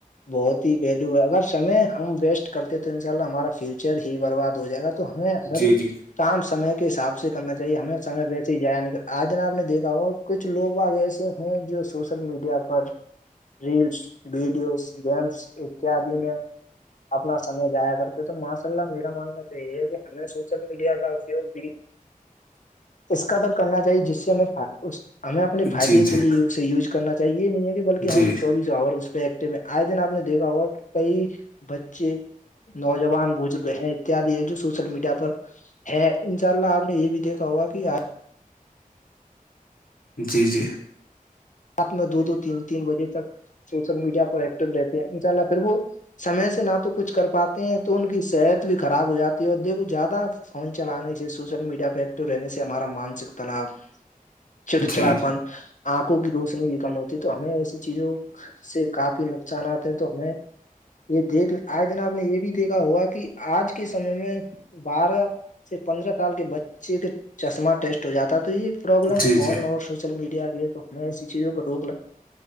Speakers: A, on the left; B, on the left.
A: بہت ہی ویلو ہے اگر سمے ہم ویسٹ کرتے ہیں تو ان شاء اللہ ہمارا فیوچر ہی برباد ہو جائے گا تو ہے اصل
B: جی
A: <unintelligible>
B: جی
A: <unintelligible> کام سمے کے حساب سے کرنا چاہیے ہمیں سے بیسے ہی جایا نہیں کر آج جن آ نے دیکھا ہو کچھ لوگ آگ ایسے ہیں جو سوشل میڈیا پر ریلس ویڈیوز گیمس اتیادی میں اپنا سمے جایا کرتے تو ماشاء اللہ میرا ماننا تو یہی ہے کہ ہمیں سوشل میڈیا کا اپیوگ بھی اس کا در کرنا چاہیے جس سے ہمیں اس ہمیں اپنے فائدے
B: جی جی
A: کے لیے اسے یوز کرنا چاہیے نہیں ہے کہ بلکہ
B: جی
A: ہم چوبیس آور اس پہ ایکٹو آئے دن آپ نے دیکھا ہوا کہ کئی بچے نوجوان بزرگ ہیں اتیادی ہیں جو سوشل میڈیا پر ہے ان شاء اللہ آپ نے یہ بھی دیکھا ہوگا کہ آ
B: جی جی
A: میں دو دو تین تین بجے تک سوشل میڈیا پر ایکٹو رہتے ہیں انشاء اللہ پھر وہ سمے سے نہ تو کچھ کر پاتے ہیں تو ان کی صحت بھی خراب ہو جاتی ہے اور دیکھو زیادہ فون چلانے سے سوشل میڈیا پہ ایکٹو رہنے سے ہمارا مانسک تناؤ چڑچڑاپن
B: جی
A: آنکھوں کی روشنی بھی کم ہوتی ہے تو ہمیں ایسی چیزوں سے کافی نقصان آتے ہے تو ہمیں یہ دیکھ آئے دن آپ نے یہ بھی دیکھا ہوا کہ آج کے سمے میں بارہ سے پندرہ سال کے بچے کا چشمہ ٹیسٹ ہو جاتا تو یہ پرابلم
B: جی
A: فون
B: جی
A: اور سوشل میڈیا کی ہے تو ہمیں ایسی چیزوں کو روک